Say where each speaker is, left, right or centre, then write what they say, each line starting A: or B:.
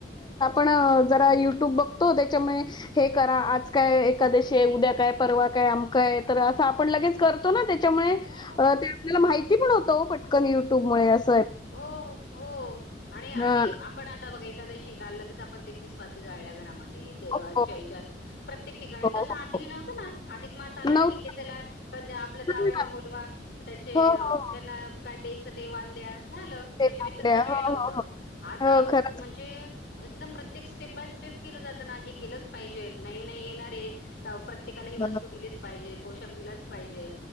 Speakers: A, on the left; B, on the left.
A: पण जरा युट्यूब बघतो त्याच्यामुळे हे करा आज काय एकादशी उद्या काय, परवा काय अमकय तर असं आपण लगेच करतो ना. त्याच्यामुळे ते
B: हो
A: आपल्याला माहिती पण होत पटकन युट्यूबमुळे अस
B: हो -हो-हो-हो आणि आधी
A: हा.
B: आपण आता बघा एकादशी का लगेच आपण तेतीस वाती जाळल्या. घरामध्ये <unintelligible>
A: हो हो
B: प्रत्येक ठिकाणी
A: हो
B: तस आधी
A: हो
B: न्हवत ना अधिक मास आला
A: नव्हत्या
B: ठीक आहे चला आपलं जावायला
A: पण ना
B: बोलवा त्याचे
A: हो हो हो.
B: त्यांना काय द्यायचं ते वान द्या झालं
A: ते
B: याच्या व्यतिरिक्त
A: आपल्या
B: काय
A: हो
B: नव्हतं
A: हो हो
B: आता
A: हो खरंच
B: म्हणजे एकदम प्रत्य एक स्टेप बाय स्टेप केलं जात ना केलंच पाहिजेल नाही नाही येणारे तर प्रत्येकाला ही वस्तू
A: बरोबर.
B: दिलीच पाहिजे पोषक दिलाच पाहिजे